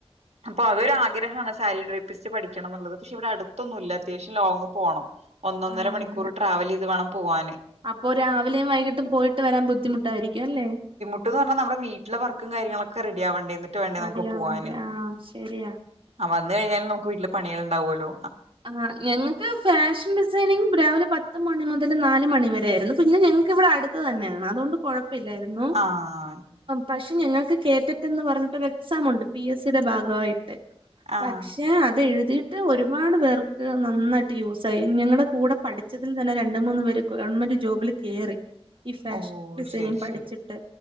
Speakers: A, on the right (about 85°); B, on the right (about 55°).
A: അപ്പൊ അതൊരാഗ്രഹാണ്. സാരി ട്രേപ്പിസ്റ്റ് പഠിക്കണന്നുള്ളത്. പക്ഷെ ഇവിടെ അടുത്തൊന്നുല്യാ അത്യാവശ്യം ലോങ്ങ് പോണം ഒന്നൊന്നര
B: ആഹ് അങ്ങനെ
A: മണിക്കൂറ് ട്രാവലെയ്ത് വേണം പോവാന്
B: അപ്പൊ രാവിലേം വൈകിട്ടും പോയിട്ട് വരാൻ ബുദ്ധിമുട്ടായിരിക്കും അല്ലേ
A: ട്ട് ന്നർഞ്ഞാ നമ്മടെ വീട്ടിലെ വർക്കും കാര്യങ്ങളൊക്കെ റെഡിയാവണ്ടേന്നിട്ട് വേണ്ടേ
B: റെഡി
A: നമുക്ക് പോവാന്
B: ആവണ്ടേ ആഹ് ശരിയാ
A: ആഹ് വന്ന് കഴിഞ്ഞാലും നമുക്ക് വീട്ടില് പണിയള്ണ്ടാവോല്ലൊ
B: ആഹ് ഞങ്ങക്ക് ഫാഷൻ ഡിസൈനിങ് രാവിലെ പത്ത് മണി മുതല് നാല് മണിവരെയായിരുന്നു. പിന്നെ ഞങ്ങക്ക് വിടെ അടുത്ത് തന്നെയാണ് അതോണ്ട് കൊഴ പ്പില്ലായ്രുന്നു.
A: ആഹ്
B: പക്ഷെ ഞങ്ങൾക്ക് കേ റ്റ റ്റ് ന്ന് പർഞ്ഞ്‌ട്ട് ഒരു എക്സാമുണ്ട് പി എസ് സിയുടെ ഭാഗായി ട്ട്
A: ആഹ്
B: പക്ഷെ അതെഴുതിയിട്ട് ഒരുപാട് പേർക്ക് നന്നായിട്ട് യൂസായി. ഞങ്ങടെ കൂടെ പഠിച്ചതിൽ തന്നെ രണ്ട് മൂന്ന് പേര് ഗവൺമെന്റ് ജോബില് കേറി. ഈ ഫാഷൻ
A: ഓ
B: ഡിസൈനിങ്
A: ശരി
B: പഠിച്ചിട്ട്
A: ശരി